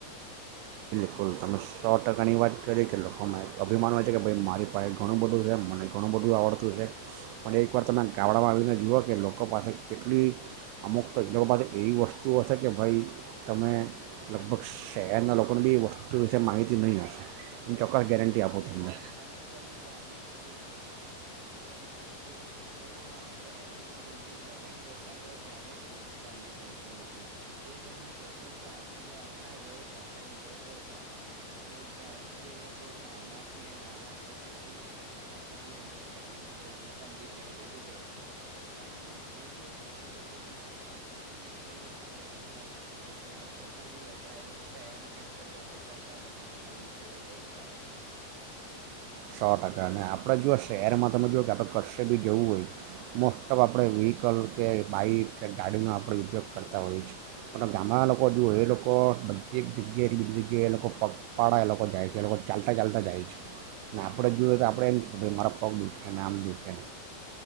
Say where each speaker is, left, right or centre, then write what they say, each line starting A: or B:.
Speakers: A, on the right (about 80°); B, on the right (about 60°).
A: બિલકુલ તમે સો ટકાની વાત કરી કે લોકોમાં એક અભિમાન હોય છે કે ભાઈ મારી પાસે ઘણું બધું છે મને ઘણું બધું આવડતું છે પણ એકવાર તમે ગામડામાં આવીને જુઓ કે લોકો પાસે કેટલી અમુક તો એ લોકો પાસે એવી વસ્તુઓ હશે કે ભાઈ તમે લગભગ શહેરના લોકોને બી એ વસ્તુ તે વિશે માહિતી નહીં હશે. ચોકકસ ગેરન્ટી
B: બરોબર
A: આપુ તમને
B: છે અને તમે ત્યાંના જે સ્ત્રીઓને એ તમે જોશો તો આપણે કોઈ બી લગ્ન પ્રસંગ હોય ત્યારે સોનું ચાંદી પહેરતો હશે એ તમને જોશો ને તો આખી આખા રોજ આખા દિવસ દરમિયાન જે ત્યારથી એલો લોકો નાનાથી નાના હતા ત્યાંથી મોટા ાડા્યા સુધી એમના શરીર માં સોનું ચાંદી પહેરેલું જ હોય છે અને એ એ લોકોની સંપત્તિ એટલી બધી હોય છે ને કે શહેર કરતા બી વધારે શહેર કરતા લોકો કરતા વધારે બી એમની જોડે પૈસા થાય છે.
A: સો ટકા અને આપણે જોએ શહેરમાં તમે જોુઓ કે આપણે કચ્ચે બી જવું હોય મોસ્ટ ઓફ આપણે વ્હીકલ કે બાઈક કે ગાડીનો આપણે ઉપયોગ કરતા હોઈ છે પણ ગામડા લોકો જુઓ એ લોકો બધ એક જગ્યાએ બીજી જગ્યાએ એ લોકો પગપાળા એ લોકો જાય છે એ લોકો ચાલતા ચાલતા જાય છે. ને આપણે જોઈએ તો આપણે એમ છ ભ મારા પગ દુખે ને આમ દુખેને.